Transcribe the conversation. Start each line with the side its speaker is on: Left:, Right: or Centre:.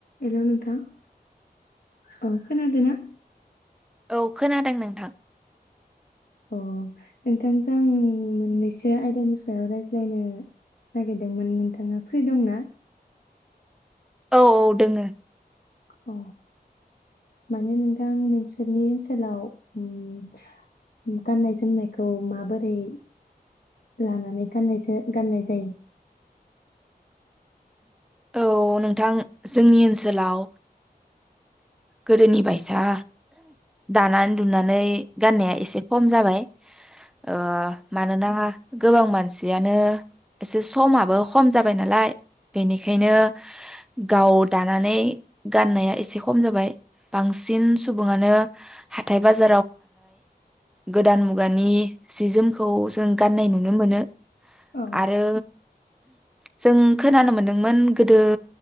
Left: हेल' नोंथां अ खोनादों ना?
Centre: औ खोनादों नोंथां
Left: अ नोंथांजों मोननैसो आयदानि सायाव रायज्लायनो नागिरदोंमोन नोंथाङा फ्रि दंना?
Centre: औ औ दोङो
Left: अ माने नोंथां नोंसोरनि ओनसोलाव ओम गाननाय जोमनायखौ माबोरै लानानै गाननायजा गाननाय जायो?
Centre: औ नोंथां जोंनि ओनसोलाव गोदोनि बायसा दानानै लुनानै गाननाया एसे खम जाबाय ओ मानोना गोबां मानसियानो एसे समाबो खम जाबाय नालाय बेनिखायनो गाव दानानै गाननाया एसे खम जाबाय बांसिन सुबुंफ गोदान मुगानि सि जोमखौ जों गाननाय नुनो मोनो
Left: औ
Centre: आरो जों खोनानो मोनदोंमोन गोदो